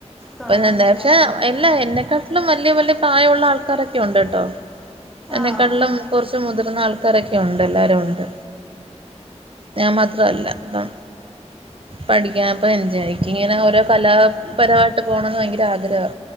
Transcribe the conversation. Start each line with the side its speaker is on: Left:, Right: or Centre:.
Centre: തൊടക്കം
Right: ഇപ്പൊ എന്താച്ച
Centre: ചെന്നായോണ്ട്
Right: അല്ല എന്നെക്കാട്ടിലും വലിയ വലിയ പ്രായമുള്ള ആൾക്കാരൊക്കെ ഉണ്ട് ട്ടോ എന്നെക്കാട്ടിലും
Centre: ആഹ്
Right: കുറച്ച് മുതിർന്ന ആൾക്കാരൊക്കെ ഉണ്ട് എല്ലാവരും ഉണ്ട് ഞാൻ മാത്രവല്ല അപ്പം പഠിക്ക്യാ <unintelligible> ഇങ്ങനെ ഓരോ കലാപരവായിട്ട് പോണന്ന് ഭയങ്കര ആഗ്രഹാ